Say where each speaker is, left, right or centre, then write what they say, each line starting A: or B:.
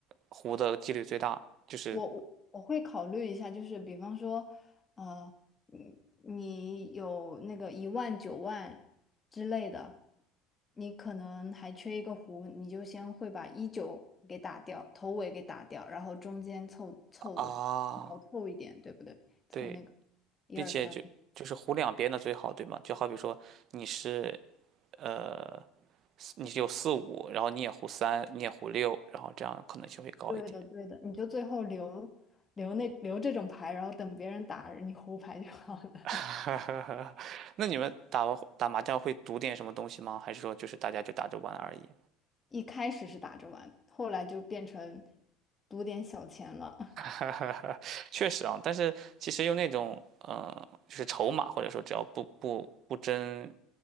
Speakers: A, on the right (about 40°); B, on the left (about 15°).
A: 胡的几率最大，就是
B: 我我我会考虑一下，就是比方说，呃，你你有那个一万九万之类的，你可能还缺一个胡，你就先会把一九给打掉，头尾给打掉，然后中间凑凑的话，
A: 啊，
B: 少凑一点，对不对？凑那个
A: 对，
B: 一二三。
A: 并且就就是胡两边的最好，对吗？就好比说你是呃你是有四五，然后你也胡三，你也胡六，然后这样可能性会高一点。
B: 对的，对的，你就最后留留那留这种牌，然后等别人打你胡牌就好了。
A: <laughs>
B: <laughs>
A: 那你们打打麻将会赌点什么东西吗？还是说就是大家就打着玩而已？
B: 一开始是打着玩，后来就变成赌点小钱了。<laughs>
A: <laughs> 确实啊，但是其实用那种呃，就是筹码或者说只要不不不真